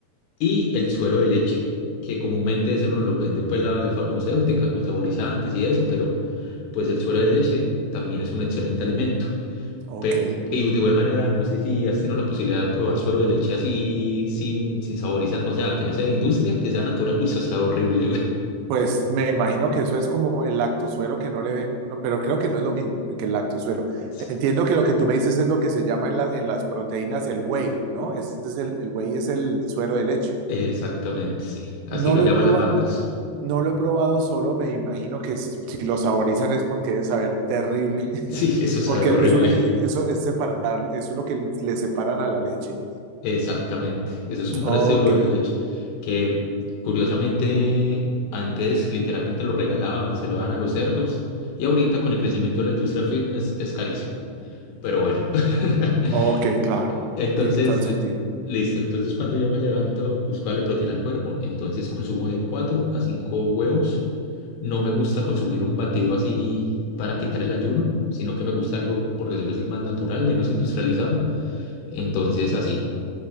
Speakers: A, on the left; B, on the right.
A: y el suero de leche, que comúnmente eso nos lo vende pues la, la farmacéutica con saborizantes y eso, pero pues el suero de leche también es un excelente alimento.
B: ok.
A: Pe- y de igual manera, no sé si has tenido la posibilidad de probar suero de leche así, sin, sin saborizar, o sea, que no sea de industria, que sea natural. Uy, eso sabe horrible, güey.
B: Pues me imagino que eso es como el lactosuero que no le ven, no, pero creo que no es lo mismo que el lactosuero.
A: Sí,
B: Entiendo que lo que tú me dices es lo que se llama en, la- en las proteínas el whey, ¿no? Este es el, el whey es el suero de leche.
A: Exactamente, sí. Así
B: No
A: lo
B: lo
A: llaman
B: he probado,
A: las marcas.
B: no,
A: <laughs>
B: no lo he probado solo, me imagino que es- si lo saborizan es porque debe saber terrible, <laughs>
A: Sí, eso sabe
B: porque
A: horrible.
B: es una, e, eso es separar, eso es lo que le separan a la leche.
A: Exactamente. Eso es un
B: Ok,
A: residuo de la leche que, curiosamente, antes literalmente lo regalaban, se lo dan a los cerdos y ahorita con el crecimiento de la industria fitness es carísimo. Pero bueno. <laughs>
B: ok, claro,
A: Entonces,
B: tiene todo el
A: li-
B: sentido.
A: listo. Entonces, cuando yo me levanto, busco darle proteína al cuerpo. Entonces, consumo de 4 a 5 huevos. No me gusta consumir un batido así para quitar el ayuno, sino que me gusta algo, por decirlo así, más natural, menos industrializado. Entonces, así.